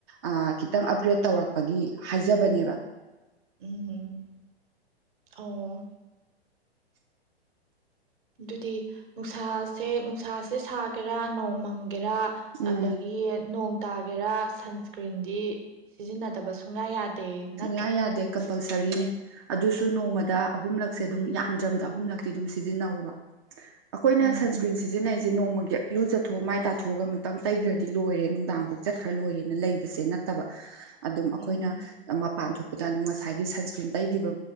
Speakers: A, on the right (about 25°); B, on the right (about 50°).
A: ꯑ ꯈꯤꯇꯪ ꯑꯞꯒ꯭ꯔꯦꯗ ꯇꯧꯔꯛꯄꯒꯤ ꯍꯥꯏꯖꯕꯅꯦꯕ
B: ꯎꯝ ꯑꯣ ꯑꯗꯨꯗꯤ ꯅꯨꯡꯁꯥꯁꯦ ꯅꯨꯡꯁꯥꯁꯦ ꯁꯥꯒꯦꯔꯥ ꯅꯣꯡ ꯃꯪꯒꯦꯔꯥ
A: ꯎꯝ
B: ꯑꯗꯒꯤ ꯅꯣꯡ ꯇꯥꯒꯦꯔꯥ ꯁꯟꯁꯀ꯭ꯔꯤꯟꯗꯤ ꯁꯤꯖꯤꯟꯅꯗꯕ ꯁꯨꯡꯌꯥ ꯌꯥꯗꯦ
A: ꯁꯨꯡꯌꯥ
B: ꯅꯠꯇ꯭ꯔꯥ
A: ꯌꯥꯗꯦ ꯀꯝꯄꯜꯁꯔꯤꯅꯦ ꯑꯗꯨꯁꯨ ꯅꯣꯡꯃꯗ
B: ꯎꯝ
A: ꯑꯍꯨꯝꯂꯛꯁꯦ ꯑꯗꯨꯝ ꯌꯥꯝꯗ꯭ꯔꯕꯗ ꯑꯍꯨꯝꯂꯛꯇꯤ ꯑꯗꯨꯝ ꯁꯤꯖꯤꯟꯅꯕ ꯑꯩꯈꯣꯏꯅ
B: ꯎꯝ
A: ꯁꯟꯁꯀ꯭ꯔꯤꯟ ꯁꯤꯖꯤꯟꯅꯩꯁꯦ ꯁꯦ ꯅꯣꯡꯃꯒꯤ ꯑꯂꯨ ꯆꯠꯊꯣꯛꯑ ꯃꯥꯏ ꯇꯥꯊꯣꯛꯑꯒ ꯑꯃꯨꯛꯇꯪ ꯇꯩꯈ꯭ꯔꯗꯤ ꯂꯣꯏꯔꯦ ꯅꯨꯡꯗꯥꯡꯐꯥꯎ ꯆꯠꯈ꯭ꯔ ꯂꯣꯏꯔꯦꯅ ꯂꯩꯕꯁꯦ ꯅꯠꯇꯕ
B: <unintelligible>
A: ꯑꯗꯨꯝ ꯑꯩꯈꯣꯏꯅ
B: ꯎꯝ
A: ꯃꯄꯥꯟ ꯊꯣꯛꯄꯗ ꯑꯗꯨ ꯉꯁꯥꯏꯒꯤ ꯁꯟꯁꯀ꯭ꯔꯤꯟ ꯇꯩꯈꯤꯕ